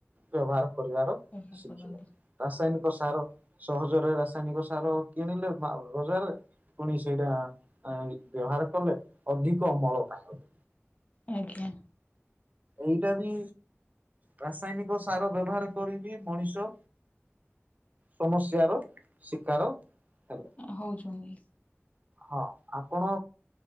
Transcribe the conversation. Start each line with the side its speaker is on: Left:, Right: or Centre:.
Right: ବ୍ୟବହାର କରିବାର
Left: ବ୍ୟବହାର
Right: ଶିଖିଲେ
Left: କରନ୍ତି।
Right: ରାସାୟନିକ। ସାର ସହଜରେ ରାସାୟନିକ ସାର କିଣିଲେ ମା ବଜାରରେ। ପୁଣି ସେଇଟା ଆଁ-ଆଁ ବ୍ୟବହାର କଲେ ଅଧିକ ଅମଳ କାୟ ବେଲି।
Left: ଆଜ୍ଞା।
Right: ଏଇଟା ବି। ରାସାୟନିକ ସାର ବ୍ୟବହାର କରିବି ମଣିଷ। ସମସ୍ୟାର ଶିକାର। ହେଲେ
Left: ହଉଛନ୍ତି।
Right: ହଁ ଆପଣ